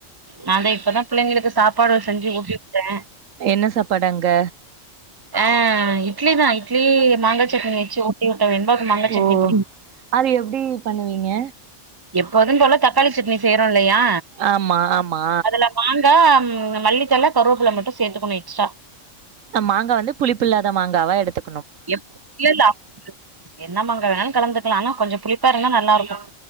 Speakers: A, on the right (about 20°); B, on the right (about 90°).
A: நாந்தா இப்பதா பிள்ளைங்களுக்கு சாப்பாடு செஞ்சு ஊட்டிவுட்ட
B: என்ன சாப்பாடு அங்க
A: அஹ் இட்லிதா இட்லி மாங்கா சட்னி வச்சு ஊட்டி வுட்டே வெண்பாக்கு மாங்காய் சட்னி
B: ஓ
A: பிடி
B: அது எப்டி பண்ணுவீங்க
A: எப்போதும் போல தக்காளி சட்னி செய்யறோ லயா
B: ஆமா ஆமா
A: அதுல மாங்க மல்லித்தல கருவபில மட்டும் சேத்துக்கணும் எக்ஸ்ட்ரா
B: மாங்கா வந்து புளிப்புல்லாத மாங்காவா எடுத்து
A: இல்ல இல்ல என்னமாங்கா வேணாலு கலந்துக்கலாம் ஆனா கொஞ்சம் புளிப்பாருந்தா நல்லாருக்கும்